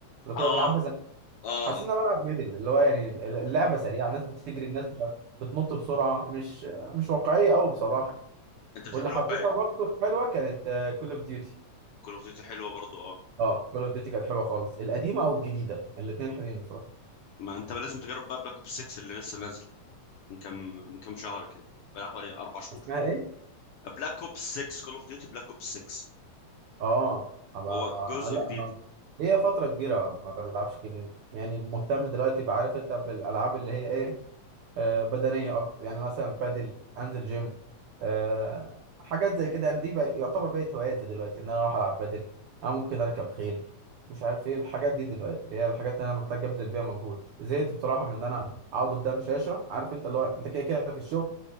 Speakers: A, on the right; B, on the left.
A: اللي كنا
B: اه
A: بنلعبها زمان
B: اه
A: حسيت ان انا بلعب ميدل اللي هو يعني اللعبه سريعه الناس بتجري الناس مش عارف- بتنط بسرعه مش مش واقعيه قوي بصراحه
B: انت بتحب
A: واللي
B: الواقعي
A: حبيتها برضه حلوه كانت كول اوف ديوتي
B: كول اوف ديوتي حلوه برضو اه
A: اه كول اوف ديوتي كانت حلوه خالص القديمه او الجديده الاثنين حلوين بصراحه
B: ما انت لازم تجرب بقى بلاك اوبس 6 اللي لسه نازل من كام من كام شهر كده بقى حوالي اربع شهور
A: اسمها ايه
B: بلاك اوبس 6 كول اوف ديوتي بلاك اوبس 6
A: اه هبقى
B: وهو جزء
A: لا
B: جديد
A: ما هي فترة كبيرة ما بلعبش جيمنج يعني مهتم دلوقتي بعرف انت بالالعاب اللي هي ايه آه، بدنيه اكتر يعني مثلا بادل انزل جيم آه، حاجات زي كده يعني دي بقى يعتبر بقت هواياتي دلوقتي ان انا اروح العب بادل انا ممكن اركب خيل مش عارف ايه الحاجات دي دلوقتي اللي هي الحاجات اللي انا محتاج ابذل بيها مجهود زهقت بصراحه من ان انا اقعد قدام شاشه عارف انت اللي هو انت كده كده في الشغل